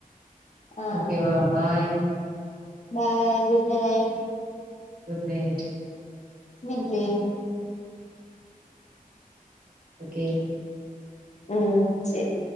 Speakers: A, on the left; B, on the right.
A: ஆ
B: ஓகே வா bye
A: bye good night
B: good night
A: <unintelligible>
B: okay
A: ம் சேரி